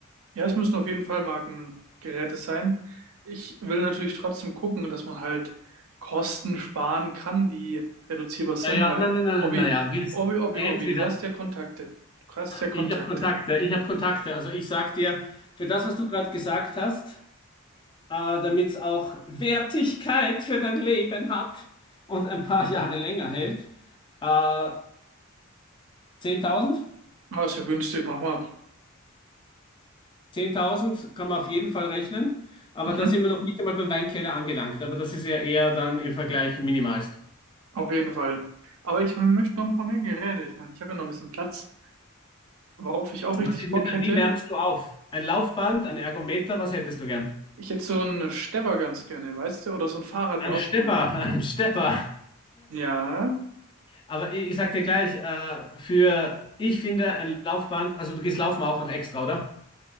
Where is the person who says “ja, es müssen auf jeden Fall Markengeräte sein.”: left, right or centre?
Right